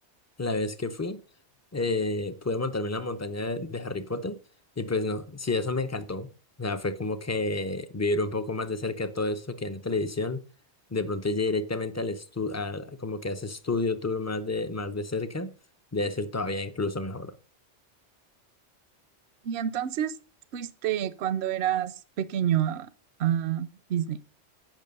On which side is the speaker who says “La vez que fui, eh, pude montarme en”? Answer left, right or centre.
Left